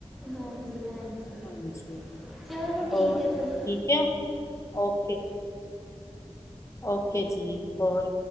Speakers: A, in the centre; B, on the left.
A: ਹਾਂਜੀ ਹਾਂਜੀ
B: ਹਾਂਜੀ
A: ਚਲੋ ਠੀਕ
B: ਹੋਰ
A: ਹੈ ਫੇਰ।
B: ਠੀਕ ਹੈ, ਓਕੇ ਓਕੇ ਜੀ ਹੋਰ